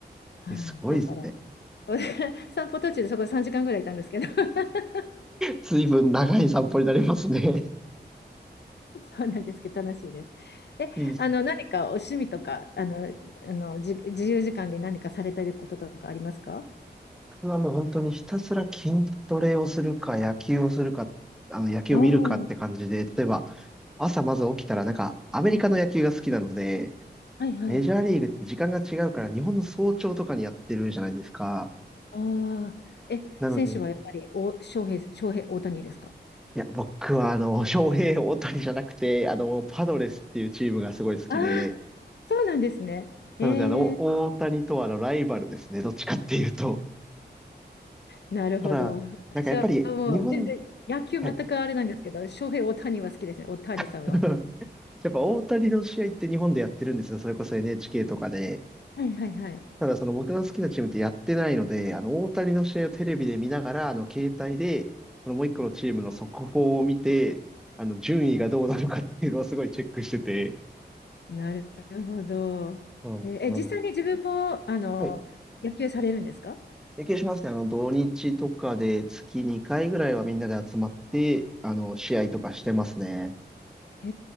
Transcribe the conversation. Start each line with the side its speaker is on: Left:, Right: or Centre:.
Left: はい。
Centre: え、すごいですね。
Left: だから、<laughs> 散歩途中でそこ3時間ぐらいいたんですけど <laughs>
Centre: 随分長い散歩になりますね。
Left: そうなんですけど、楽しいです。
Centre: <laughs>
Left: え、
Centre: いいっす
Left: あの、何かお趣味とか、あの、あの、じ、自由時間で何かされたいこととかありますか
Centre: 僕はもう本当にひたすら筋トレをするか、野球をするか、あの野球を見るかって感じで、
Left: おおー、
Centre: 例えば朝まず起きたらなんかアメリカの野球が好きなので、
Left: はいはい。
Centre: メジャーリーグって時間が違うから日本の早朝とかにやってるじゃないですか。
Left: ああ、え、
Centre: なので、
Left: 選手はやっぱりお、翔平、翔平、大谷ですか
Centre: いや、僕はあの、翔平大谷じゃなくて、あの、パドレスっていうチームがすごい好きで、
Left: ああ、そうなんですね。えー、
Centre: なので、あの、お大谷とはあの、ライバルですね。どっちかっていうと。
Left: なるほど。
Centre: ただ、
Left: 私はもう全然野球全くあれなんですけど、
Centre: なんかやっぱり、日本、はい。
Left: 翔平、大谷は好きですね、大谷さんは。
Centre: <laughs> やっぱ大谷の試合って日本でやってるんですよ。それこそ NHK とかで。
Left: はいはいはい。
Centre: ただ、その僕の好きなチームってやってないので、あの、大谷の試合をテレビで見ながら、あの、携帯で、そのもう一個のチームの速報を見て、あの、順位がどうなのかっていうのをすごいチェックしてて。
Left: なるほど。
Centre: うんうん
Left: えーえ実際に自分もあの野球されるんですか
Centre: はい。経験しますね。あの、土日とかで月2回ぐらいはみんなで集まって、あの、試合とかしてますね。
Left: え